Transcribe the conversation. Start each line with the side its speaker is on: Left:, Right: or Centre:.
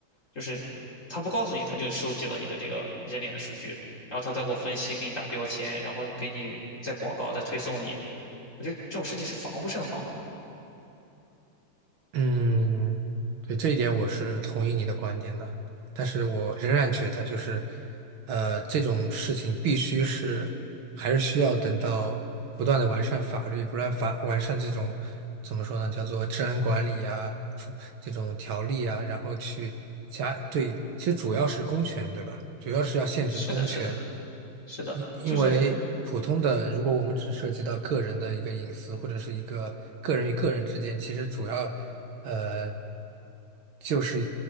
Left: 就是它不告诉你，它就收集了你的这个人脸的数据，然后它再给我分析，给你打标签，然后给你再广告，再推送你。我觉得这种事情是防不胜防的。
Right: 嗯，对，这一点我是同意你的观点的，但是我仍然觉得就是，呃，这种事情必须是还是需要等到不断的完善法律，不断法完善这种怎么说呢，叫做治安管理啊，出这种条例啊，然后去加对，其实主要是公权，对吧？主要是要限制公权，
Left: 是的，是的，是的，
Right: 因因为普通的，
Left: 就是
Right: 如果我们只涉及到个人的一个隐私，或者是一个个人与个人之间，其实主要，呃，就是